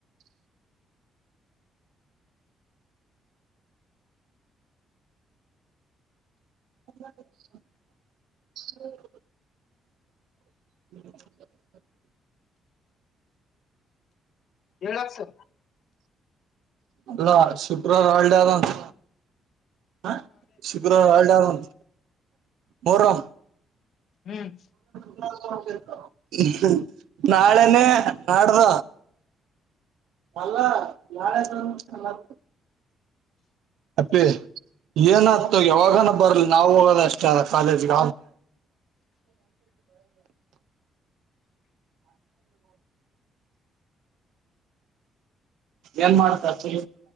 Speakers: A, on the right; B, on the left.
A: <unintelligible> ಹ್ <unintelligible>
B: ಹೇಳ ಅಕ್ಷಿ
A: ಅಲ್ಲ ಶುಕ್ರವಾರ ಹಾಲಿಡೇ ಅದ ಅಂತ ಹ ಶುಕ್ರವಾರ ಹಾಲಿಡೇ ಅದ ಅಂತ ಮೊಹರಂ
B: ಹ್ಮ್
A: <inaudible> ನಾಳೆನೇ ನಾಡದ ಮಲ್ಲ ನಾಳೆ ಸಮಲ್ಲ <inaudible> ಅಪ್ಪಿ ಏನತು ಯಾವಾಗನ ಬರ್ಲಿ ನಾವ್ ಹೋಗದ ಅಷ್ಟೇ ಅ ಕಾಲೇಜಗ ಏನ್ ಮಾಡೋದ್